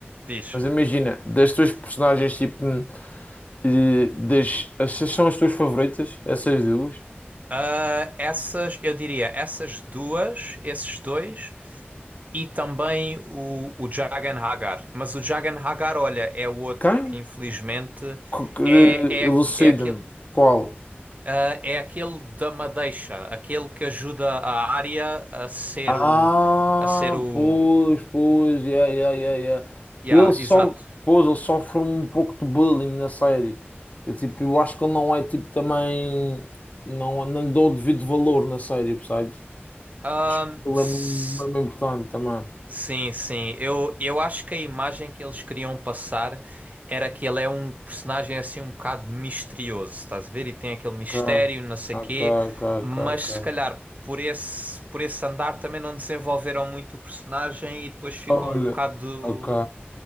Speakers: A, on the right; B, on the left.
A: Diz.
B: mas imagina, das tuas personagens, tipo, eh, das, essas são as tuas favoritas, essas duas?
A: Ah, essas, eu diria, essas duas, esses dois. E também o, o Jagan Hagar. Mas o Jagan Hagar, olha, é o outro
B: Quem?
A: que infelizmente
B: Co- que-
A: é, é,
B: Elucida-me,
A: é aquele,
B: qual?
A: ah, é aquele da Madeixa, aquele que ajuda a Arya a ser
B: Ah,
A: o. a ser o.
B: pois, pois, yeah, yeah, yeah, yeah.
A: Yeah,
B: Ele só,
A: exato.
B: pois, ele sofre um pouco de bullying na série. Eu, tipo, eu acho que ele não é, tipo, também, não, não lhe dou o devido valor na série, percebes?
A: Ahm,
B: Acho que ele
A: s-
B: é mesmo importante também.
A: Sim, sim. Eu, eu acho que a imagem que eles queriam passar era que ele é um personagem assim um bocado misterioso, estás a ver? E tem aquele
B: Ok,
A: mistério, não sei quê,
B: ok, ok, ok,
A: mas se
B: ok.
A: calhar por esse, por esse andar também não desenvolveram muito o personagem e depois ficou
B: Olha,
A: um bocado,
B: ok.